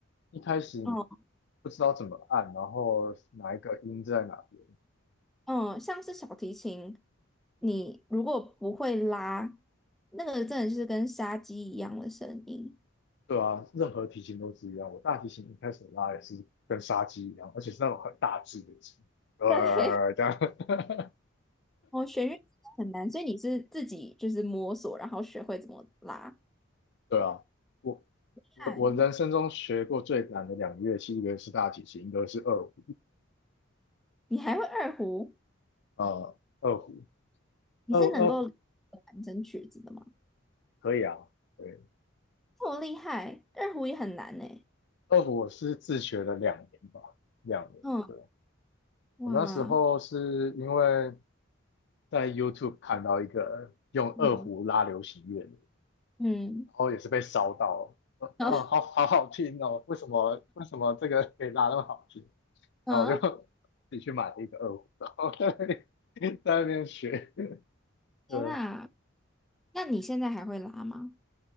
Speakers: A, on the left; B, in the centre.
A: 一开始你
B: 嗯
A: 不知道怎么按，然后哪一个音在哪边。
B: 嗯，像是小提琴，你如果不会拉，那个真的是跟杀鸡一样的声音。
A: 对啊，任何提琴都是一样。我大提琴一开始拉也是跟杀鸡一样，而且是那种很大只的鸡，呃，
B: 对，
A: 这样，<laughs>
B: <laughs> 哦，弦乐真的很难，所以你是自己就是摸索，然后学会怎么拉。
A: 对啊。我我我人生中学过最难的两个乐器，
B: 嗨，
A: 一个是大提琴，一个是二胡。
B: 你还会二胡？
A: 呃，二胡，
B: 你是能够
A: 二二胡
B: 弹整曲子的吗？
A: 可以啊，对，
B: 这么厉害，二胡也很难呢。
A: 二胡我是自学了两年吧，两年。
B: 嗯。
A: 对，
B: 哇，
A: 我那时候是因为在 YouTube 看到一个用二胡拉流行乐的，
B: 嗯，嗯
A: 然后也是被烧到了，啊，
B: 嗯，
A: 哦，
B: <laughs>
A: 好好好听哦，为什么为什么这个可以拉那么好听？
B: 嗯，
A: 然后我就 <laughs> 自己去买了一个二胡，然后 <laughs> 在那边 <laughs> 在那边学，
B: 天呐，
A: 对，
B: 那你现在还会拉吗？